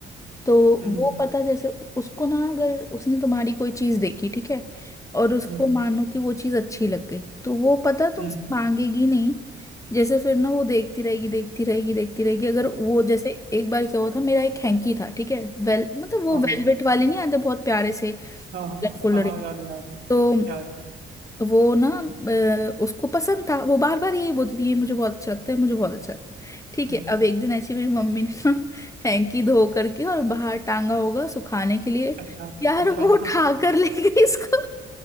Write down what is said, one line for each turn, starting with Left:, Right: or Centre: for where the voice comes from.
Left: तो
Right: हम्म
Left: वो पता जैसे उसको ना अगर उसने तुम्हारी कोई चीज देखी ठीक है और उसको
Right: हम्म
Left: मानो कि वो चीज अच्छी लग गई तो वो पता तुमसे
Right: हम्म
Left: मांगेगी नहीं जैसे फिर ना वो देखती रहेगी देखती रहेगी देखती रहेगी अगर वो जैसे एक बार क्या हुआ था मेरा एक हैंकी था ठीक है वेल मतलब वो
Right: हाँ
Left: वेलवेट वाले नहीं आते बहुत प्यारे से
Right: हाँ
Left: कलरफुल
Right: हाँ
Left: और
Right: हाँ हाँ,
Left: ये।
Right: याद है याद है
Left: तो
Right: याद है
Left: वो ना अ, उसको पसंद था वो बार बार यही बोलती थी ये मुझे बहुत अच्छा लगता है मुझे बहुत अच्छा लगता है ठीक
Right: हम्म,
Left: है अब एक दिन ऐसी मेरी मम्मी ने ना <laughs> हैंकी धो करके और बाहर टांगा होगा सुखाने के लिए
Right: अच्छा
Left: यार
Right: अच्छा
Left: वो उठा कर ले गई इसको